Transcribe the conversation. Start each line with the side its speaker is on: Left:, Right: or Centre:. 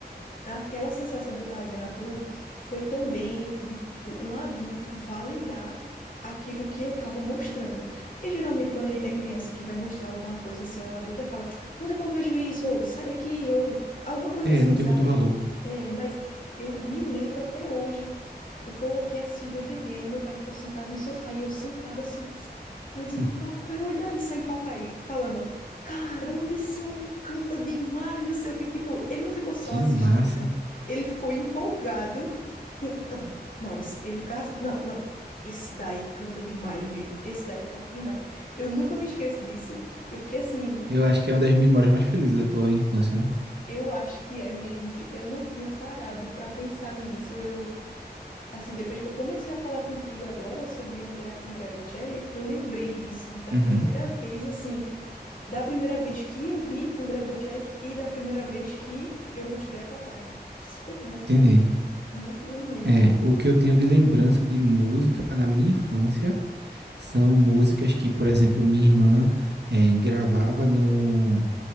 Left: Aquela sensação que eu estava dizendo a tu foi também de, tipo, um adulto validar aquilo que eu estava mostrando. Porque geralmente quando a gente é criança que vai mostrar alguma coisa assim ao adulto, aí fala, não, depois eu vejo isso, ou sai daqui, ou alguma coisa
Right: É,
Left: assim,
Right: não tem
Left: sabe?
Right: muito valor.
Left: É, mas eu me lembro até hoje eu coloquei assim o DVD, aí meu pai ficou sentado no sofá e eu sentada assim. Aí eu
Right: <laughs>
Left: dizendo, papai, olha isso aí, papai, falando, caramba, esse homem canta demais, não sei o que. Tipo, ele não ficou só
Right: Que
Left: assistindo,
Right: massa.
Left: ele ficou empolgado com. Não, não, esse- ele ficava assim, não, não. Esse daí canta demais mesmo, esse daí canta demais. Eu nunca me esqueço disso. Eu fiquei assim,
Right: Eu acho que é uma das memórias mais felizes da tua infância, né?
Left: eu acho que é mesmo, vi- eu não tinha parado para pensar nisso. Eu assim, depois que eu comecei a falar contigo agora sobre André, Andrea Bocelli, eu lembrei disso da
Right: Uhum.
Left: primeira vez, assim, da primeira vez que eu vi Andrea Bocelli e da primeira vez que eu mostrei a papai. Isso foi muito
Right: Entendi.
Left: bom, muito bom mesmo.
Right: É,
Left: <laughs>
Right: o que eu tenho de lembrança de música na minha infância são músicas que, por exemplo, minha irmã é, gravava no.